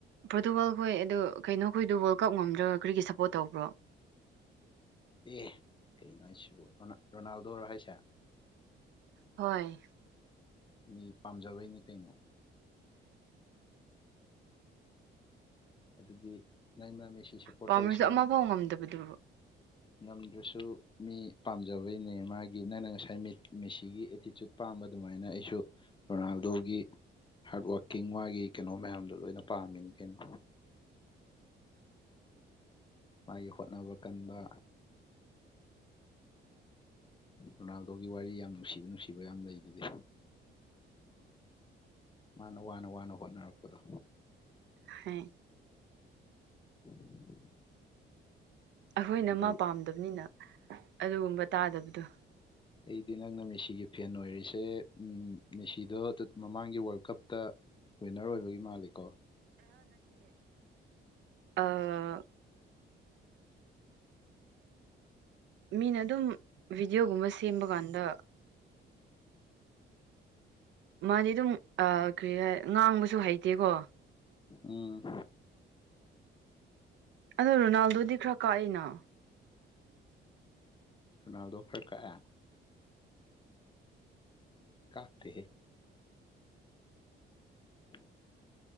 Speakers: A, on the right; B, on the left.
A: ꯄ꯭ꯔꯣꯇꯨꯒꯜꯈꯣꯏ ꯑꯗꯨ ꯀꯩꯅꯣꯈꯣꯏꯗꯣ ꯋꯥꯋꯥꯔꯜ ꯀꯞ ꯉꯝꯗ꯭ꯔꯒ ꯀꯔꯤꯒꯤ ꯁꯞꯄꯣꯠ ꯇꯧꯕ꯭ꯔꯣ
B: ꯑꯦ ꯀꯩꯅꯣ ꯍꯥꯏꯁꯤꯕꯨ ꯔꯣ ꯔꯣꯅꯥꯜꯗꯣꯔꯣ ꯍꯥꯏꯁꯦ
A: ꯍꯣꯏ
B: ꯃꯤ ꯄꯥꯝꯖꯕꯩꯅꯤ ꯀꯩꯅꯣ ꯑꯗꯨꯗꯤ ꯅꯪꯅ ꯃꯦꯁꯤ ꯁꯞꯄꯣꯔꯠ
A: ꯄꯥꯝꯔꯁꯨ
B: ꯇꯧꯔꯤꯁꯤ
A: ꯑꯃꯐꯥꯎ ꯉꯝꯗꯕꯗꯨ
B: ꯉꯝꯗ꯭ꯔꯁꯨ ꯃꯤ ꯄꯥꯝꯖꯕꯩꯅꯦ ꯃꯥꯒꯤ ꯅꯪꯅ ꯉꯁꯥꯏ ꯃꯦ ꯃꯦꯁꯤꯒꯤ ꯑꯦꯇꯤꯇ꯭ꯌꯨꯠ ꯄꯥꯝ ꯑꯗꯨꯃꯥꯏꯅ ꯑꯩꯁꯨ ꯔꯣꯅꯥꯜꯗꯣꯒꯤ ꯍꯥ꯭ꯔꯠ ꯋꯥ꯭ꯔꯀꯤꯡ ꯃꯥꯒꯤ ꯀꯅꯣ ꯃꯌꯥꯝꯗꯣ ꯂꯣꯏꯅ ꯄꯥꯝꯃꯤꯅꯤ ꯀꯩꯅꯣ ꯃꯥꯒꯤ ꯍꯣꯠꯅꯕ ꯀꯟꯕ ꯔꯣꯅꯥꯜꯗꯣꯒꯤ ꯋꯥꯔꯤ ꯌꯥꯝ ꯅꯨꯡꯁꯤꯕ ꯅꯨꯡꯁꯤꯕ ꯌꯥꯝ ꯂꯩ ꯗꯨꯗꯤ ꯃꯥꯅ ꯋꯥꯅ ꯋꯥꯅ ꯍꯣꯠꯅꯔꯛꯄꯗꯣ
A: ꯍꯩ
B: <inaudible>
A: ꯑꯈꯣꯏꯅ
B: ꯑꯗꯨ
A: ꯃꯥ ꯄꯥꯝꯗ꯭ꯕꯅꯤꯅ ꯑꯗꯨꯒꯨꯝꯕ ꯇꯥꯗꯕꯗꯨ
B: ꯑꯩꯗꯤ ꯅꯪꯅ ꯃꯦꯁꯤꯒꯤ ꯐꯦꯟ ꯑꯣꯏꯔꯤꯁꯦ ꯎꯝ ꯃꯦꯁꯤꯗꯣ ꯇꯨꯠ ꯑꯝ ꯃꯃꯥꯡꯒꯤ ꯋꯥ꯭ꯔꯜ ꯀꯞꯇ ꯋꯤꯟꯅ꯭ꯔ ꯑꯣꯏꯕꯒꯤ ꯃꯥꯜꯂꯤꯀꯣ
A: ꯑꯥ ꯃꯤꯅ ꯑꯗꯨꯝ ꯚꯤꯗ꯭ꯌꯣ ꯒꯨꯝꯕ ꯁꯦꯝꯕꯒꯥꯟꯗ ꯃꯥꯗꯤ ꯗꯨꯝ ꯑꯥ ꯀ꯭ꯔꯤꯔ ꯉꯥꯡꯕꯁꯨ ꯍꯩꯇꯦꯀꯣ
B: ꯎꯝ
A: ꯑꯗꯣ ꯔꯣꯅꯥꯜꯗꯣꯗꯤ ꯈꯔ ꯀꯥꯛꯏꯅ
B: ꯔꯣꯅꯥꯜꯗꯣ ꯈ꯭ꯔ ꯀꯥꯛꯑꯦ ꯀꯥꯛꯇꯦꯍꯦ <inaudible>